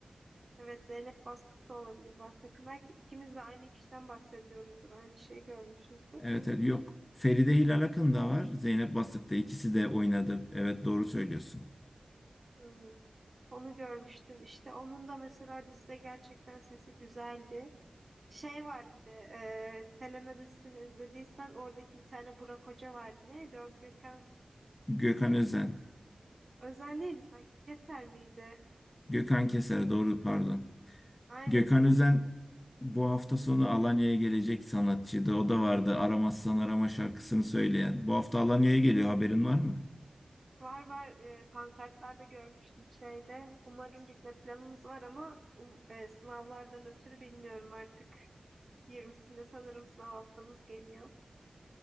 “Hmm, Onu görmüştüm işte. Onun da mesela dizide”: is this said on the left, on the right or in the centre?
Right